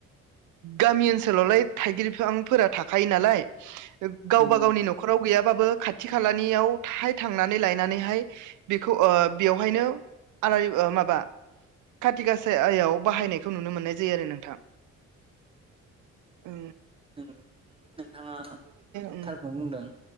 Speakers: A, on the right (about 80°); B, on the right (about 20°).
A: गामि ओनसोलावलाय थाइगिरफां फोर थाखायो नालाय गावबा
B: नंगौ नोंथां
A: गावनि नखरआव गैयाबाबो खाथि खालानियाव थाय थांनानै लायनानैहाय बेखौ बेवहायनो आलारि माबा खाथि गाासायाव बाहायनायखौ नुनो मोननाय जायो आरो नोंथां। औ।
B: औ। नोंथाङा
A: उम
B: थारखौ बुंदों